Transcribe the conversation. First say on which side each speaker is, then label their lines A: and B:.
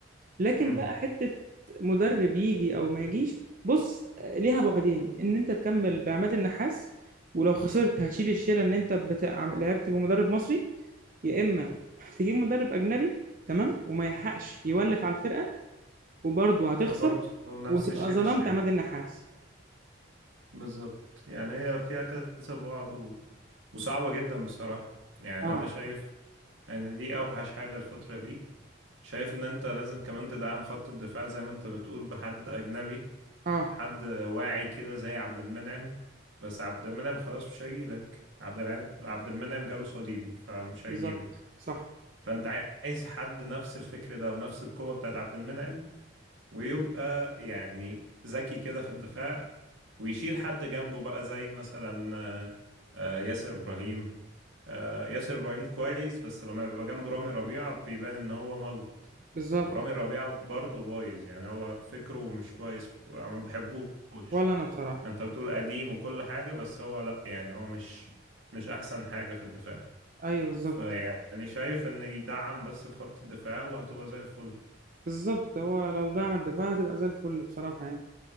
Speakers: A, on the right; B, on the right.
A: لكن
B: امم
A: بقى حتة مدرب يجي او ما يجيش بص ليها بعدين ان انت تكمل بعماد النحاس ولو خسرت هتشيل الشيله ان انت بتاع لعبت بمدرب مصري يا اما <laughs> هتجيب مدرب اجنبي تمام وما يلحقش يولف على الفرقه وبرضه هتخسر
B: فبرضه نفس
A: وتبقى
B: الشيء
A: ظلمت
B: للشيء
A: عماد النحاس
B: بالظبط يعني هي فيها كذا بعد و... وصعبة جدا بصراحة يعني
A: اه
B: أنا شايف يعني دي اوحش حاجة الفترة دي شايف ان انت لازم كمان تدعم خط الدفاع زي ما انت بتقول بحد اجنبي
A: اه
B: حد واعي كده زي عبد المنعم بس عبد المنعم خلاص مش هيجيلك عبد الع... عبد المنعم جاله صليبي فمش هيجيلك
A: بالظبط صح
B: فانت عايز حد نفس الفكر ده ونفس القوة بتاعت عبد المنعم ويبقى يعني ذكي كده في الدفاع ويشيل حد جنبه بقى زي مثلا آه، آه، ياسر إبراهيم آه، ياسر إبراهيم كويس بس لما بيبقى جنبه رامي ربيعة بيبان إن هو ملط
A: بالظبط
B: ورامي ربيعة برضه بايظ يعني هو فكره مش كويس في الكورة أنا ما بحبوش
A: ولا انا بصراحه
B: أنت بتقول قديم وكل حاجة بس هو لأ يعني هو مش مش أحسن حاجة في الدفاع
A: ايوه بالظبط
B: فيعني شايف إن يدعم بس في خط الدفاع وهتبقى زي الفل
A: بالظبط هو لو دعم الدفاع هتبقى زي الفل بصراحه يعني